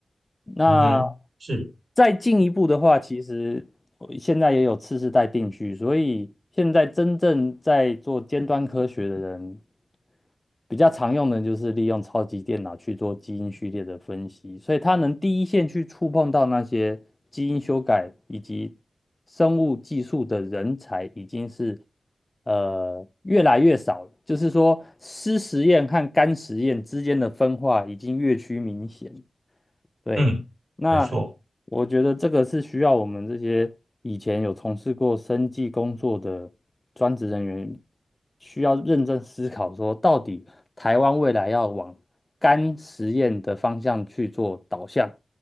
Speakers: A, on the left; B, on the right.
A: 那
B: 嗯哼，是，
A: 再进一步的话，其实我现在也有次世代定序，所以现在真正在做尖端科学的人，比较常用的就是利用超级电脑去做基因序列的分析，所以它能第一线去触碰到那些基因修改以及生物技术的人才，已经是呃越来越少了。就是说，湿实验和干实验之间的分化已经越趋明显。对，
B: 嗯，
A: 那
B: 没错，
A: 我觉得这个是需要我们这些以前有从事过生计工作的专职人员，需要认真思考说，到底台湾未来要往干实验的方向去做导向